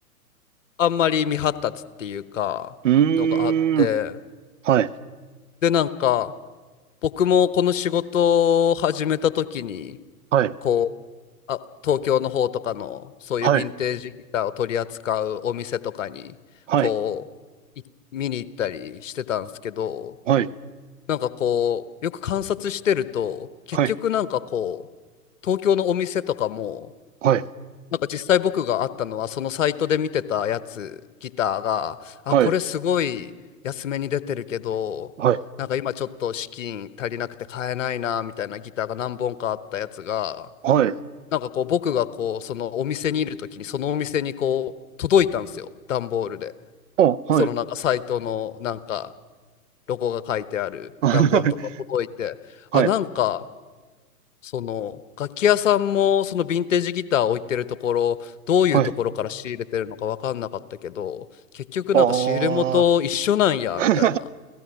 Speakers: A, on the left; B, on the right.
A: あんまり未発達っていうか、
B: うーん。
A: のがあって、
B: はい。
A: で、なんか、僕もこの仕事を始めた時に、
B: はい。
A: こう、あ、東京の方とかの、そういうヴィンテージギターを取り扱うお店とかに、
B: はい。はい。
A: こう、い見に行ったりしてたんですけど、
B: はい。
A: なんかこう、よく観察してると、結局なんかこう、
B: はい。
A: 東京のお店とかも、
B: はい。
A: なんか実際僕があったのはそのサイトで見てたやつギターがあこれすごい安めに出てるけどなんか今ちょっと資金足りなくて買えないなみたいなギターが何本かあったやつが
B: はい。はい。はい。
A: なんかこう僕がこうそのお店にいる時にそのお店にこう届いたんですよ段ボールで
B: あ、
A: そのなんかサイトのなんか
B: はい。
A: ロゴが書いてある段ボールとか届いてあなんか
B: <laughs> はい。
A: その楽器屋さんもそのヴィンテージギター置いてるところどういうところから仕入れてるのか分かんなかったけど結局なんか仕入れ元一緒なんやみたいな
B: はい。ああ。<laughs>